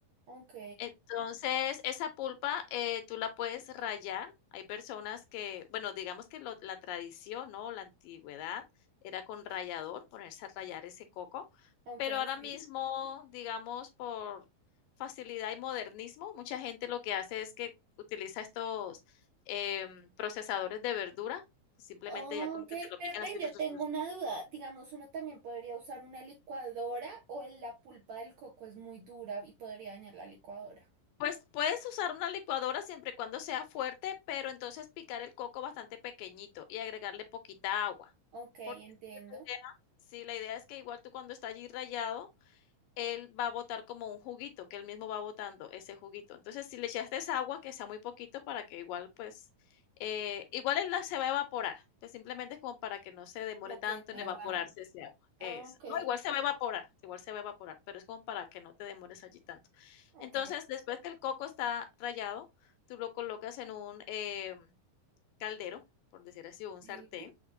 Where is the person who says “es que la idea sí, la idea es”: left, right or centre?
Left